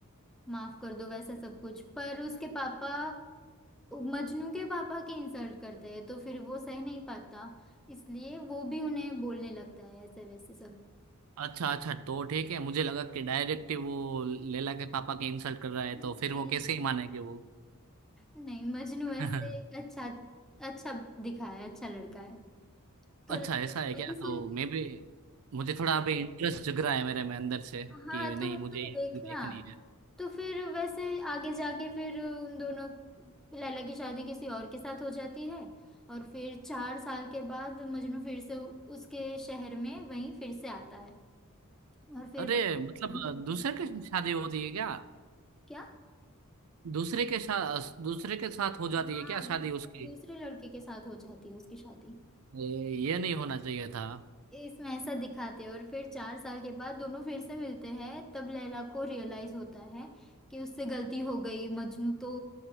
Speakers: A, in the centre; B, on the right.
A: माफ कर दो वैसा सब कुछ पर उसके पापा मजनू के पापा की इंसल्ट करते हैं तो फिर वो सह नहीं पाता इसलिए वो भी उन्हें बोलने लगता है ऐसे वैसे सब
B: अच्छा अच्छा तो ठीक है मुझे लगा कि डायरेक्ट वो लैला के पापा की इंसल्ट कर रहा है
A: नहीं
B: तो फिर
A: नहीं
B: वो कैसे ही मानेगी वो
A: नहीं मजनू ऐसे
B: <laughs>
A: अच्छा अच्छा दिखा है अच्छा लड़का है तो
B: अच्छा
A: लगता
B: ऐसा
A: है
B: है
A: वही
B: क्या तो
A: सुनती
B: मैं
A: है
B: भी मुझे थोड़ा अभी इंटरेस्ट जग रहा है मेरे में अंदर से
A: हाँ
B: कि नहीं
A: तुम
B: मुझे
A: तुम देखना
B: ये देखनी है
A: तो फिर वैसे आगे जाके फिर उन दोनों लैला की शादी किसी और के साथ हो जाती है और फिर चार साल के बाद मजनू फिर से उसके शहर में वहीं फिर से आता है और फिर
B: अरे
A: बच्चे
B: मतलब
A: मिलते
B: दूसरे
A: हैं
B: के शादी होती है क्या
A: क्या
B: दूसरे के साथ दूसरे के साथ हो जाती
A: हाँ
B: है क्या शादी
A: दूसरे
B: उसकी
A: दूसरे लड़के के साथ हो जाती है उसकी शादी
B: ये ये नहीं होना चाहिए था
A: ये इसमें ऐसा दिखाते हैं और फिर चार साल के बाद दोनों फिर से मिलते हैं तब लैला को रियलाइज होता है कि उससे गलती हो गई मजनू तो